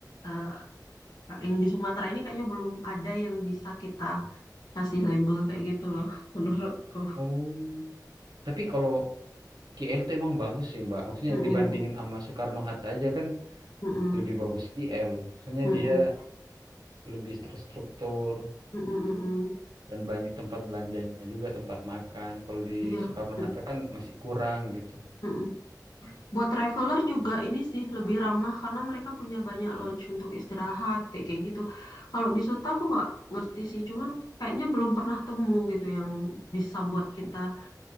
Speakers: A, on the left; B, on the right.
A: eh, yang di Sumatera ini kayaknya belum ada yang bisa kita kasih label kayak gitu loh, <laughs> menurutku.
B: Oh. Tapi kalau KL tuh emang bagus sih Mbak. Maksudnya
A: Mm-mm,
B: dibandingin sama Soekarno-Hatta aja kan
A: mm-mm,
B: lebih bagus KL. Maksudnya
A: mm-mm,
B: dia lebih terstruktur
A: mm-mm, mm-mm.
B: dan banyak tempat belanjanya juga tempat makan. Kalau di
A: Iya.
B: Soekarno-Hatta
A: Mm,
B: kan masih kurang gitu.
A: mm-mm. Buat traveler juga ini sih lebih ramah karena mereka punya banyak lounge untuk istirahat kayak kayak gitu. Kalau di Suta aku nggak ngerti sih, cuman kayaknya belum pernah temu gitu yang bisa buat kita